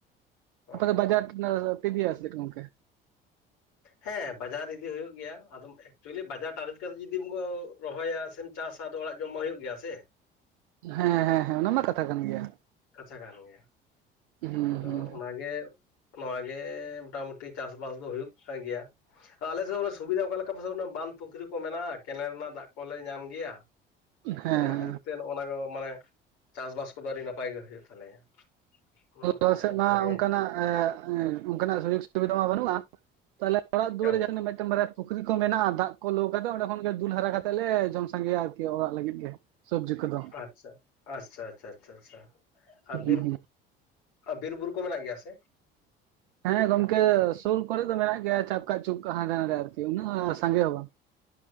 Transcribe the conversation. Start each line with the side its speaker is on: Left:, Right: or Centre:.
Left: ᱚ
Right: ᱟᱯᱮ ᱫᱚ ᱵᱟᱡᱟᱨ ᱴᱷᱮᱱᱟᱜ ᱵᱟᱯᱮ ᱮᱫᱤᱭᱟ ᱥᱮ ᱜᱚᱢᱠᱮ
Left: ᱦᱮᱸ ᱵᱟᱡᱟᱨ ᱤᱫᱤ ᱦᱩᱭᱩᱜ ᱜᱮᱭᱟ ᱟᱫᱚᱢ ᱮᱠᱪᱩᱭᱮᱞᱤ ᱵᱟᱡᱟᱨ ᱴᱟᱨᱜᱮᱴ ᱠᱟᱛᱮ ᱡᱩᱫᱤᱢ ᱠᱚ ᱨᱚᱦᱚᱭᱟ ᱥᱮᱢ ᱪᱟᱥᱟ ᱟᱫᱚ ᱚᱲᱟᱜ ᱡᱚᱢ ᱦᱚᱸ ᱦᱩᱭᱩᱜ ᱜᱮᱭᱟ ᱥᱮ᱾
Right: ᱦᱮᱸ ᱦᱮᱸ ᱦᱮᱸ ᱚᱱᱟᱢᱟ ᱠᱟᱛᱷᱟ ᱠᱟᱱ ᱜᱮᱭᱟ
Left: ᱠᱟᱛᱷᱟ ᱠᱟᱱ ᱜᱮᱭᱟ
Right: ᱦᱩᱸ
Left: ᱟᱫᱚ
Right: ᱦᱩᱸ
Left: ᱚᱱᱟᱜᱮ ᱱᱚᱣᱟ ᱜᱮ ᱢᱚᱴᱟᱢᱩᱴᱤ ᱪᱟᱥᱵᱟᱥ ᱫᱚ ᱦᱩᱭᱩᱜ ᱠᱟᱱ ᱜᱮᱭᱟ ᱟᱞᱮ ᱥᱮᱫ ᱚᱱᱟ ᱥᱩᱵᱤᱫᱟ ᱚᱠᱟ ᱞᱮᱠᱟ ᱯᱟᱥᱮ ᱚᱱᱟ ᱵᱟᱸᱫ ᱯᱩᱠᱷᱨᱤ ᱠᱚ ᱢᱮᱱᱟᱜᱼᱟ ᱠᱮᱱᱮᱞ ᱨᱮᱱᱟᱜ ᱫᱟᱜ ᱠᱚᱞᱮ ᱧᱟᱢ ᱜᱮᱭᱟ
Right: ᱦᱮᱸ
Left: ᱚᱱᱟ ᱠᱷᱟᱹᱛᱤᱨ ᱛᱮ ᱱᱚᱜᱼ ᱱᱚᱣᱟ ᱢᱟᱱᱮ ᱪᱟᱥᱼᱵᱟᱥ ᱠᱚᱫᱚ ᱟᱹᱰᱤ ᱱᱟᱯᱟᱭ ᱜᱮ ᱦᱩᱭᱩᱜ ᱛᱟᱞᱮᱭᱟ ᱱᱚᱣᱟ ᱢᱤᱫᱴᱮᱱ
Right: ᱞᱟᱦ ᱥᱮᱫ
Left: ᱠᱷᱩᱵ
Right: ᱢᱟ
Left: ᱵᱷᱟᱜᱮ
Right: ᱚᱱᱠᱟᱱᱟᱜ ᱚᱱᱠᱟᱱᱟᱜ ᱥᱩᱡᱳᱜ ᱥᱩᱵᱤᱫᱷᱟ ᱢᱟ ᱵᱟᱹᱱᱩᱜᱼᱟ ᱛᱟᱦᱚᱞᱮ ᱛᱷᱚᱲᱟ ᱫᱩᱣᱟᱨ
Left: ᱠᱟᱹᱢᱤ
Right: ᱡᱟᱦᱟ ᱱᱟᱜ ᱢᱤᱫ <inaudible> ᱢᱤᱫᱴᱟᱝ ᱵᱟᱨᱭᱟ ᱯᱩᱠᱷᱨᱤ ᱠᱚ ᱢᱮᱱᱟᱜᱼᱟ ᱫᱟᱜ ᱠᱚ ᱞᱳ ᱠᱟᱛᱮᱫ ᱚᱸᱰᱮ ᱠᱷᱚᱱ ᱜᱮ ᱫᱩᱞ ᱦᱟᱨᱟ ᱠᱟᱛᱮᱜ ᱞᱮ ᱡᱚᱢ ᱥᱟᱸᱜᱮᱭᱟ ᱟᱨᱠᱤ ᱚᱲᱟᱜ ᱞᱟᱹᱜᱤᱫ ᱜᱮ᱾ ᱥᱚᱵᱡᱤ ᱠᱚ ᱫᱚ
Left: ᱟᱪᱪᱷᱟ ᱟᱪᱪᱷᱟ ᱟᱪᱪᱷᱟ ᱟᱪᱪᱷᱟ ᱟᱪᱷᱟ ᱟᱨ
Right: ᱦᱩᱸ
Left: ᱵᱤᱨ
Right: ᱦᱩᱸ
Left: ᱟᱨ ᱵᱤᱨ ᱵᱩᱨᱩ ᱠᱚ ᱢᱮᱱᱟᱜ ᱜᱮᱭᱟ ᱥᱮ?
Right: ᱦᱮᱸ ᱜᱚᱝᱠᱮ ᱥᱩᱨ ᱠᱚᱨᱮ ᱫᱚ ᱢᱮᱱᱟᱜ ᱜᱮᱭᱟ ᱪᱟᱯᱠᱟ ᱪᱩᱯᱠᱟᱹᱜ ᱦᱟᱸᱰᱮ ᱱᱟᱰᱮ ᱟᱨᱠᱤ ᱩᱱᱟᱹᱜ ᱥᱟᱸᱜᱮ ᱦᱚᱸ ᱵᱟᱝ